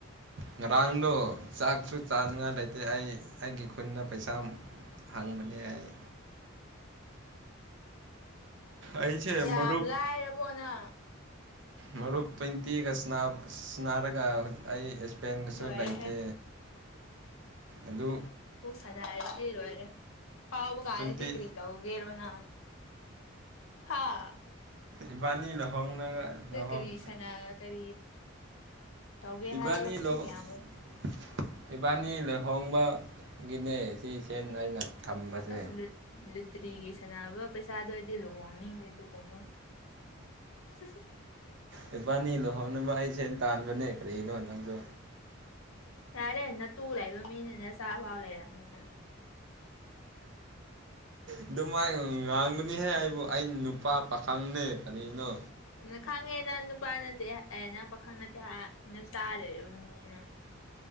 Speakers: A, on the right; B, on the left.
A: ꯉꯔꯥꯡꯗꯣ ꯆꯥꯛꯁꯨ ꯆꯥꯅꯤꯡꯉꯥꯏ ꯂꯩꯇꯦ ꯑꯩ ꯑꯩꯒꯤ ꯈꯨꯟꯗ ꯄꯩꯁꯥ ꯍꯥꯡꯕꯅꯦ ꯑꯩꯏ ꯑꯩꯁꯦ
B: ꯌꯥꯝ
A: ꯃꯔꯨꯞ
B: ꯂꯥꯏꯔꯕꯣꯅ
A: ꯃꯔꯨꯞ ꯇ꯭ꯋꯦꯟꯇꯤꯒꯅꯥꯔꯒ ꯑꯩ ꯏꯁꯄꯦꯟꯒꯁꯨ
B: ꯂꯣꯏꯔꯦꯍꯦ
A: ꯂꯩꯇꯦ ꯑꯗꯨ
B: ꯑꯔꯔꯦ ꯍꯥꯎꯕ ꯀꯥꯅꯤꯗꯤ
A: ꯇ꯭ꯋꯦꯟꯇꯤ
B: ꯀꯔꯤ ꯇꯧꯒꯦꯔꯣ ꯅ ꯍꯥꯥ
A: ꯏꯕꯥꯅꯤ ꯐꯝꯃꯒꯥ ꯂꯍꯣꯡꯅꯅꯥꯒ ꯂꯍꯣꯡ
B: ꯀꯔꯤ ꯁꯅꯥ ꯀꯔꯤ ꯇꯧꯒꯦ
A: ꯏꯕꯥꯅꯤ
B: ꯍꯥꯏꯕ꯭ꯔꯣ ꯑꯁꯨꯛ
A: ꯂꯍꯏꯕꯥꯅꯤ
B: ꯌꯥꯝꯃ
A: ꯂꯦꯍꯣꯡꯕ ꯒꯤꯅꯦ ꯁꯤ ꯁꯦꯟ ꯑꯩꯅ ꯊꯝꯕꯁꯦ
B: ꯑꯁ ꯂꯨꯇ꯭ꯔꯤꯒꯤ ꯁꯥꯟꯅꯕ ꯄꯩꯁꯥꯗꯣ ꯑꯩꯗꯤ ꯂꯨꯍꯣꯡꯅꯤꯡꯗꯦ ꯑꯗꯨꯒꯨꯝꯕ <unintelligible>
A: ꯂꯄꯥꯅꯤ ꯂꯨꯍꯧꯅꯕ ꯑꯩ ꯁꯦ ꯇꯥꯟꯕꯅꯦ ꯀꯔꯤꯅꯣ ꯅꯪꯗ
B: ꯌꯥꯔꯦ ꯅꯠꯇꯨ ꯂꯩꯕ ꯃꯤꯅꯤꯅ ꯆꯥꯛꯐꯥꯎ ꯂꯩꯔꯕꯅꯤꯅ
A: ꯑꯗꯨꯃꯥꯏ ꯉꯥꯡꯕꯅꯤꯍꯦ ꯍꯥꯏꯕꯨ ꯑꯩ ꯅꯨꯄꯥ ꯄꯥꯈꯪꯅꯦ ꯀꯔꯤꯅꯣ
B: ꯎ ꯈꯪꯉꯦꯅ ꯅꯨꯄꯥ ꯅꯠꯇꯦ ꯑꯅ ꯄꯥꯈꯪ ꯅꯠꯇꯦ ꯍꯥꯏ ꯅ ꯆꯥꯗꯣꯏꯔꯤꯕꯅꯤꯅ